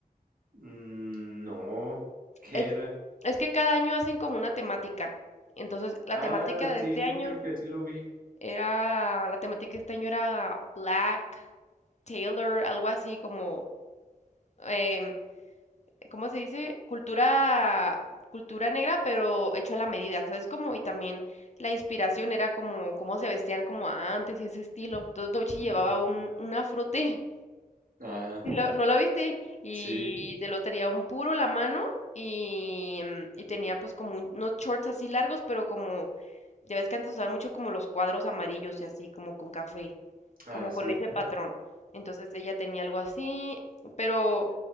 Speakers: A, on the right; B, on the left.
A: Mm, no, ¿qué
B: Es,
A: era?
B: es que cada año hacen como una temática. Entonces, la
A: Ah,
B: temática de
A: sí,
B: este
A: sí,
B: año
A: creo que sí lo vi.
B: era, la temática de este año era Black. Taylor, algo así como, em, ¿cómo se dice? Cultura, cultura negra, pero hecho a la medida, ¿sabes? Como, y también la inspiración era como cómo se vestían como antes y ese estilo. Entonces Doechii
A: Ujú.
B: llevaba un, un afrote
A: Ah,
B: Sí lo- no la viste y
A: sí,
B: te lo tenía un puro la mano y, mm, y tenía pues como un- unos shorts así largos, pero como, ya ves que antes usaban mucho como los cuadros amarillos y así, como con café,
A: ah,
B: como
A: sí.
B: con ese patrón. Entonces ella tenía algo así, pero